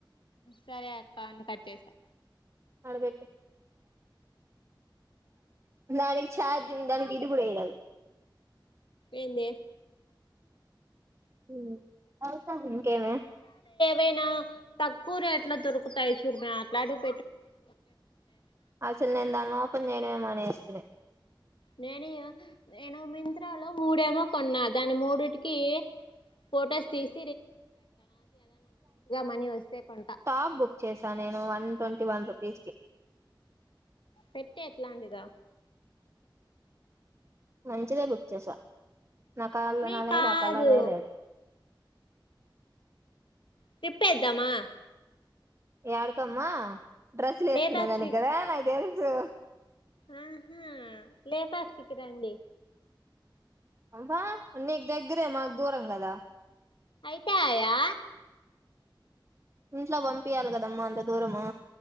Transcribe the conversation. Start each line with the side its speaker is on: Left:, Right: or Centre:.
Left: సరే అక్క అని కట్ చేసా
Right: ఆడ పెట్టు దానికి చార్జింగ్ గీడు కూడా చేయాలై
Left: ఏందె
Right: మ్మ్ ఇంకేమే
Left: వైనా తక్కువ రేట్లు దొరుకుతాయి చూడు మే అట్లాటివ్
Right: అస్సలు నేను దాన్ని ఓపెన్ జేయడమే మానెస్ తే
Left: నేనియో నేను మింత్రా లో మూడేమో కొన్నా దాని మూడిటికి ఫోటోస్ తీస్ మనీ వస్తే కొంటా
Right: టాప్ బుక్ చేసా నేను one twenty one rupees కి
Left: పెట్టు ఎట్లాంటిదో
Right: మంచిదే బుక్ చేసా నా కాల్ల
Left: మీ
Right: ననే
Left: కాదు
Right: నా కలరే లేదు
Left: ట్రిప్పు ఏద్దామా
Right: యాడికమ్మ డ్రెస్లు వేసుకునే
Left: లేపాక్షి
Right: దానికి కదా నాకు తెలుస్ సో
Left: ఆహా లేపాక్షికి రండి
Right: అంబ్బా నీకు దగ్గరే మాకు దూరం కదా
Left: కాయా
Right: ఇంట్లో పంపియాలి కదమ్మ అంత దూరము